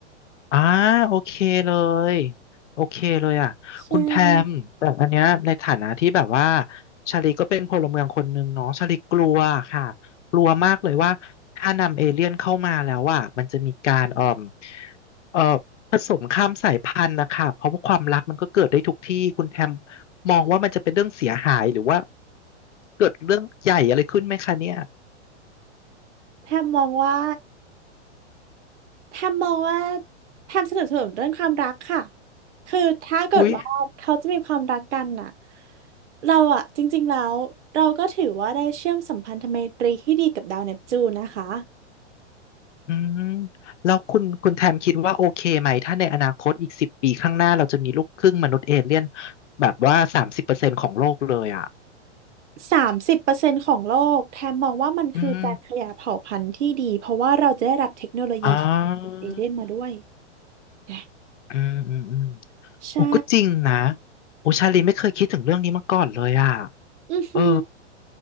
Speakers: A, on the left; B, on the right.
A: อ่าโอเคเลย โอเคเลยอ่ะคุณแทมแต่อันเนี้ยในฐานะที่แบบว่า
B: ใช่
A: ชาลีก็เป็นพลเมืองคนหนึ่งเนาะชาลีกลัวค่ะกลัวมากเลยว่าถ้านำเอเลี่ยนเข้ามาแล้วอ่ะมันจะมีการเอ่อเอ่อผสมข้ามสายพันธุ์นะคะ เพราะว่าความรักมันก็เกิดได้ทุกที่ คุณแทมมองว่ามันจะเป็นเรื่องเสียหายหรือว่า เกิดเรื่องใหญ่อะไรขึ้นไหมคะเนี่ย
B: แทบมองว่า แทมมองว่าแทมสนับสนุนเรื่องความรักค่ะคือถ้าเกิดว่าเขาจะมีความรักกันน่ะ
A: อุ๊ย
B: เราอะจริงๆแล้วเราก็ถือว่าได้เชื่อมสัมพันธไมตรีที่ดีกับดาวเนปจูนนะคะ
A: อืมแล้วคุณคุณแทมคิดว่าโอเคไหมถ้าในอนาคตอีกสิบปีข้างหน้าเราจะมีลูกครึ่งมนุษย์เอเลี่ยนแบบว่าสามสิบเปอร์เซ็นต์ของโลกเลยอ่ะ
B: สามสิบเปอร์เซ็นต์ของโลกแทมมองว่ามันคือการขยายเผ่าพันธุ์ที่ดีเพราะว่าเราจะได้รับเทคโนโลยีที่
A: อืมอ๋อ
B: เอเลี่ยนมาด้วยนะ
A: อืม อืมอืม
B: ใช่
A: โอ้ก็จริงนะโอชาลีไม่เคยคิดถึงเรื่องนี้มาก่อนเลยอ่ะ
B: อือหือ
A: เออ